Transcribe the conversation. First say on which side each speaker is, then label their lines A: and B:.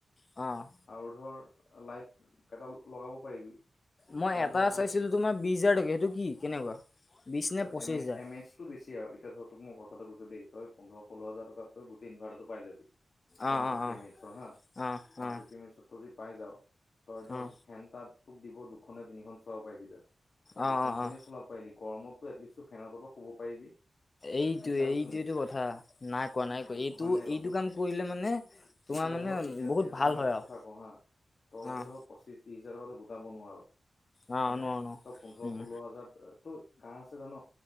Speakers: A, on the left (about 35°); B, on the left (about 55°).
A: অ'।
B: আৰু ধৰ লাইট কেইটা লগাব পাৰিবি,
A: মই
B: আৰু
A: এটা
B: ধৰ বোলে
A: চাইছিলো তোমাৰ বিশছ হাজাৰ টকিয়া, সেইটো কি কেনেকুৱা? বিশ নে
B: এ
A: পঁচিছ
B: এম এইচ
A: হাজাৰ
B: এম এইচ টো বেছি আৰু, এতিয়া ধৰ তোক মই কথাটো কৈছো দেই, তই পোন্ধৰ ষোল্ল হাজাৰ টকাত তই গোতেই ইনৰ্ভিটাৰটো পায় যাবি ওৱান
A: অঁ অঁ
B: ফিফটি
A: অঁ
B: এম এইচৰ হা',
A: অঁ
B: ওৱান
A: অঁ অঁ
B: ফিফটি এম এইচত তই যদি পাই যাৱ, তই ধৰ
A: অঁ
B: ফেন তাত তোক দিব দুখননে তিনিখন চলাব পাৰিবি তই
A: অঁ
B: দুখন
A: অঁ
B: ফেনে
A: অঁ
B: চলাব পাৰিলি গৰমতটো এটলিষ্টটো ফেনত অলপ শুব পাৰিবি।
A: এইটো
B: মিছা কৈছো
A: এইটোয়টো
B: নেকি
A: কথা নাই কোৱা নাই কোৱা এইটো
B: হয় নাই কচোন
A: এইটো কাম কৰিলে মানে তোমাৰ
B: এতিয়া
A: মানে
B: ধৰ এতিয়া এতিয়াতোক
A: বহুত ভাল
B: মই
A: হয়
B: এটা কথা
A: আৰু
B: কওঁ হা', তই এতিয়া
A: অঁ
B: ধৰ পঁচিশ ত্ৰিশ হাজাৰ টকাতো গোটাব নোৱাৰ হয়নে?
A: অঁ নোৱাৰো নোৱাৰো
B: তই পোন্ধৰ
A: উম
B: ষোল্ল হাজাৰ তো কাৰ আছে জান,